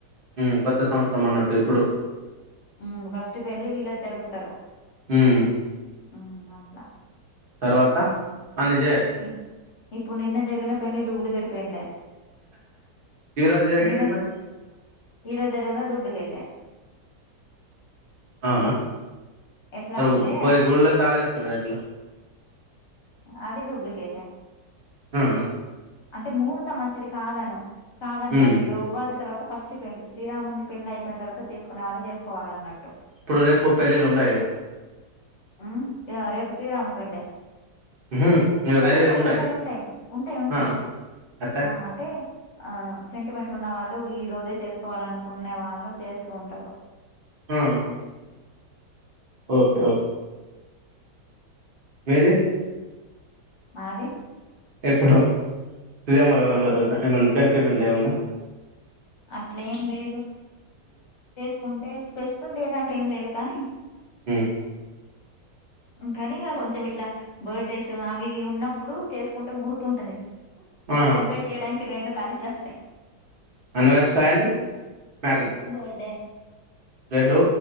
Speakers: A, on the right; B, on the left.
A: ఉమ్ కొత్త సంవత్సరం అన్నట్టు ఇప్పుడు
B: ఉమ్ ఫస్ట్ పెండ్లి వీళ్ళ ది జరుపుతారు
A: ఉమ్
B: ఉ మాట్లా
A: తర్వాత అన్ని చేయొచ్చు
B: ఉమ్ ఇప్పుడు నిన్న జరిగిన పెళ్ళి డూప్లికేట్ పెండ్లే
A: ఈ రోజు జరిగింది
B: ఎందుక
A: మరి
B: ఈరోజు జరిగిందా డూప్లికేటె
A: అవునా
B: ఎట్లా
A: అర
B: అంటే
A: పోయి గుళ్ళ తాళి కట్న్నా ఎట్లో
B: అది డ్యూప్లికేటె
A: ఆ
B: అంటే ముహూర్తం మంచిది కాదను కాదన్నట్టు
A: ఉమ్
B: ఇగ ఉగాది తర ఫస్ట్ పె శ్రీరాముంది పెండ్లి అయిపోయిన తర్వాత చేసుకునే వాళ్ళు చేసుకోవాలి అన్నట్టు
A: ఇప్పుడు రేపు పెళ్ళిళ్ళు ఉన్నయిగ
B: ఉ అ రేపు శ్రీరాముని పెండ్లి
A: ఉహు ఇగ
B: ఉంటయి
A: వేరే
B: ఉంటయి
A: ఉండయి
B: కొందరి ఉంటయి ఉంటయి ఉంటయి
A: ఆ అట్లా
B: ఆ అంటే ఆ సెంటిమెంట్ ఉన్న వాళ్ళు ఈ రోజే చేసుకోవాలనుకునే వాళ్ళు చేసు కుంటరు
A: ఆ ఓకే ఓ మీది
B: మాది
A: ఎప్పుడు శ్రీరామ
B: చేసు
A: <inaudible> ఎమన్ సెంటిమెంట్ ఏ ఉందా
B: అట్లేం లేదు చేసుకుంటె స్పెసిఫి డేట్ అంటు ఏం లేదు కాని
A: ఉ
B: ఇంకని ఇక కొంచెం ఇట్ల బర్డెస్ అవి ఇవి ఉన్నప్పుడు చేసుకుంటె గుర్తుంటది
A: ఆ
B: సెలబ్రేట్ చేయడానికి రెండు కలి టస్
A: ఆనివర్స్ అండ్ మ్యారేజ్
B: బర్డే
A: రెండు